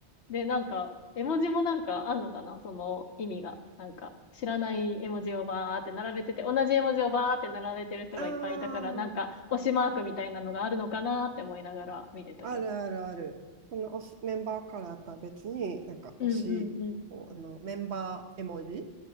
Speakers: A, on the left; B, on the right.
A: で、なんか、絵文字もなんかあんのかなその意味が。なんか、知らない絵文字をバーって並べてて、同じ絵文字をバーって並べてる人がいっぱいいたから、
B: ああ、
A: なんか、推しマークみたいなのがあるのかなって思いながら見てたけど。
B: あるあるある。その推しメンバーカラーとは別に、なんか推しを、
A: うんうんうん。
B: あの、メンバー絵文字